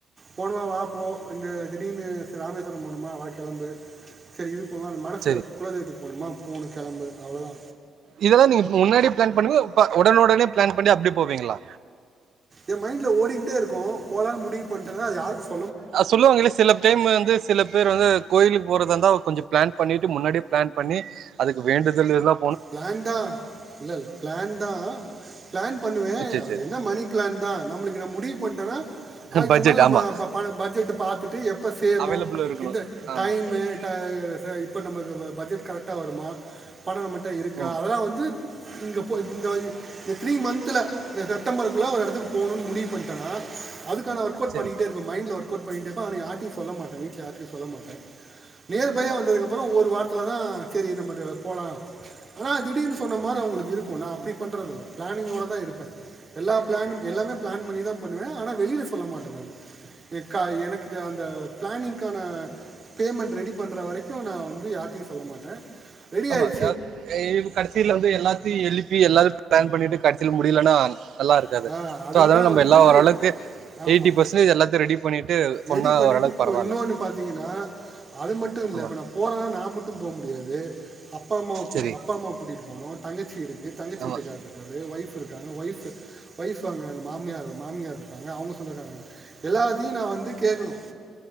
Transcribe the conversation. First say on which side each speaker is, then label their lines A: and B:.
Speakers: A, on the right (about 30°); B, on the right (about 65°).
A: போனுமா வா போ இந்த திடீர்னு ராமேஸ்வரோ போனுமா வா கெளம்பு சேரி இது போவாங் மனசுல
B: சரி
A: குலதெய்வதக்கு மூடிமா போணு கெளம்பு அவ்வளோதா
B: இதெல்லா நீங்க முன்னாடி பிளான் பண்ணுவீங்களா ப ஒடனே ஒடனே பிளான் பண்ணி அப்டி போவிங்களா
A: எ மைண்ட்ல ஓடிக்கிட்டே இருக்கு போலான்னு முடிவு பண்டேனா யாருக்குச்
B: ஆ சொல்லுவாங்கள்ல சில டைம் வந்து சில பேர் வந்து கோயிலுக்கு போறதா இருந்தா கொஞ்சொ பிளான் பண்ணிட்டு முன்னாடியே பிளான் பண்ணி அதுக்கு வேண்டுதல் எல்லா
A: பிளான் தா இல்ல இல்ல பிளான் தா பிளான் பண்ணுவே
B: சரி
A: அது
B: சரி
A: என்ன மணி பிளான் தா நம்மளுக்கு இந்த முடிவு பண் எனா அயூத்தமா
B: பட்ஜெட் ஆமா
A: மா ப பண பட்ஜெட்டு பாத்துட்டு எப் ப சேரு
B: அவைலபிள் இருக்கணும்
A: இந்த
B: ஆமா
A: டைமு
B: கரெக்ட்
A: டா ச இப்ப நமக்கு வ பட்ஜெட் கரெக்டா வருமா பணோ நம்மக் கிட்ட இருக்கா
B: ம்
A: அதெல்லா வந்து இங்க பொ இந்த வை இந்த த்ரீ மந்த்தல இந்த செப்டம்பர் குள்ள ஒரு எடத்துக் போனுன் முடிவு பண்டேனா அதுக்கான ஒர்க் அவுட்
B: சரி
A: பண்ணிட்டே இருப்பேனா மைண்ட்ல ஒர் கோட் பண்ணிட்டு இருப்பே ஆனா யார்ட்டயு சொல்ல மாட்டே வீட்ல யார்ட்டயு சொல்ல மாட்டே நியர் பையா
B: ஆமா
A: வந்ததுக்கப்புற ஒரு வார் த்துல தா சேரி நம்மது போலா ஆனா திடீர்னு சொன்னா மார அவங்களுக்கு இருக்கு நா அப்பிடி பண்றதில்ல பிளானிங்கோட தா இருப்பே எல்லா பிளானும் எல்லாமே பிளான் பண்ணி தா பண்ணுவே ஆனா வெளில சொல்ல மாட்டே நானு எக்கா எனக்குது அந்த பிளானிங்க்கான பேமெண்ட் ரெடி பண்ற வரைக்கு நா வந்து யார்ட்டையு சொல்ல மாட்டே ரெடி ஆயி
B: ஏ கடைசியில வந்து எல்லாத்தையு எழுப்பி எல்லா பிளான் பண்ணிட்டு கடைசியில முடி முடியலனா நல்ல இருக்காது
A: சொல்கிறேன் அதுக்கு
B: சோ அதனால
A: தான்
B: நம்ப
A: வந்து
B: எல்லா ஓரளவுக்கு
A: ஆமாம்
B: எய்ட்டி பர்சன்டேஜ் எல்லாத்தையு ரெடி பண்ணிட்டு சொன்னா
A: ரெடி பண்ணிட்டு
B: ஓரளவுக்கு பரவாயில்ல
A: இன்னொன்னு பாத்தீங்கன்னா அது மட்டு இல்ல
B: ஆமா
A: இப்ப நா போறேன்னா நா மட்டு போ முடியாது அப் ப்பா அம்மாவ கூ
B: சரி
A: அப்பா அம்மாவ கூட்டிட்டு போவனு தங்கச்சி இருக்கு தங்கச்சி வீட்டுக்கார்
B: ஆமா
A: இருக்காரு ஒய்ஃப் இருக்காங்க ஒய்ஃப் வைஃப் அவுங்க எங்க மாமியார் மாமியார் இருக்காங்க அவங்க சொந்தக்காரங்க எல்லாத்தையு நா வந்து கேக்கணு